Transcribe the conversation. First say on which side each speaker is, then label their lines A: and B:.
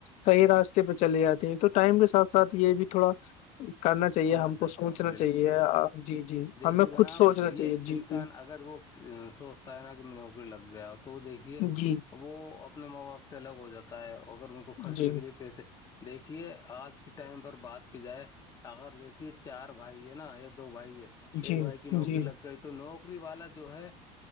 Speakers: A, on the left (about 55°); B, on the left (about 25°).
A: صحیح راستے پہ چلے جاتے ہیں تو ٹائم کے ساتھ ساتھ یہ بھی تھوڑا کرنا چاہیے
B: سمجھ
A: ہم کو
B: جاتے
A: سوچنا
B: ہیں بالکل
A: چاہیے
B: بالکل
A: جی جی
B: دیکھیے
A: ہمیں خود
B: جناب
A: سوچنا
B: یہ
A: چاہیے جی
B: انسان
A: جی
B: اگر وہ سوچتا ہے نا کہ نوکری لگ گیا تو وہ دیکھیے
A: جی
B: وہ اپنے ماں باپ سے الگ ہو جاتا ہے اگر ان کو خرچے
A: جی
B: کے لیے پیسے دیکھیے آج کے ٹائم پر بات کی جائے اگر دیکھیے چار بھائی ہے نا یا دو بھائی ہے
A: جی
B: ایک بھائی کی نوکری
A: جی
B: لگ گئی تو تو نوکری والا جو ہے